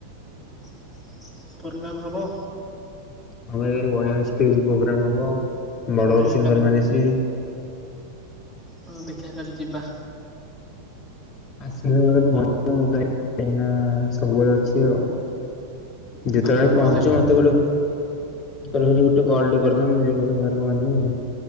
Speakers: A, in the centre; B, on the left (about 30°).
A: <unintelligible> ପୋଗ୍ରାମ ହବ?
B: ହଁ ଭାଇ ଏରା ବଢଆ ଷ୍ଟେଜ ପ୍ରୋଗ୍ରାମ ହବ ବଡ
A: ହଉ ଦେଖିଆ
B: ବଡ ସିଙ୍ଗର
A: କାଲି
B: ମାନେ ଆସିବେ।
A: ହଁ ଦେଖିବା କାଲି ଯିବା।
B: ଆସିଲେ <unintelligible> ମୁଁ ତ ଏଇନା ସବୁବେଳେ ଅଛି ଆଉ। ଯେତେବେଳେ
A: ହଁ
B: ପହଞ୍ଚିବ
A: ଗଲେ ଫୋନ
B: ମତେ
A: କରିବି
B: ଗୋଟେ ତ ଖାଲି ଗୋଟେ କଲ ଟେ କରିଦବ ମୁଁ ଯିବି ତୁମ ପାଖରେ ପହଞ୍ଚିବି।